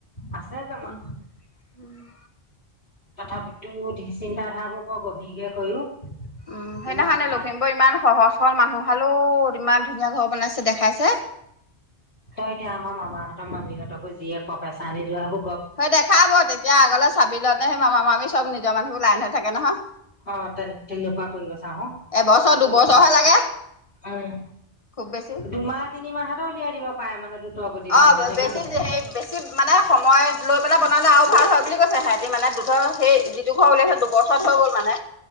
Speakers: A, on the left; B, on the left.
A: আছে জমা
B: উম -উম
A: তথাপিতো চিন্তাধাৰাবোৰ বৰ গভীৰকে কৰিও।
B: উম, সেইদিখনে
A: ইমান মাত
B: লখিমপুৰ ইমান সহজ -সৰল মানুহ হাল, হেল্ল', ইমান ধুনীয়া ঘৰ বনাইছে দেখাইছে।
A: তই এতিয়া আমাৰ মামাহতৰ মামিহঁতকো যিয়ে ক পইচা আনি যোৱা হব।
B: সেই দেখাব তেতিয়া আগলৈ চাবিল ন ', সেই মামা -মামি চব নিজৰ মানুহ, লাইন হৈ থাকে নহয়।
A: অহ ', তেন -তেনেকুৱা কৰিব।
B: এবছৰ
A: আকৌ
B: দুবছৰহে লাগে
A: উম,
B: খুব বেছি।
A: দুমাহ, তিনিমাহটো উলিয়াই দিব, পাৰে মানে দ্ৰুতৰ গতিত হেনো
B: অ ',
A: এনেকে
B: বেছি
A: কৈছে
B: হে, বেছি মানে সময় লৈ পেলাই বনালে আৰু ভাল হয়। বুলি কৈছে হেহেতি মানে দু -ধৰ সেই যিটো ঘৰ ওলিয়াইছে দুবছৰত হৈ গ'ল মানে।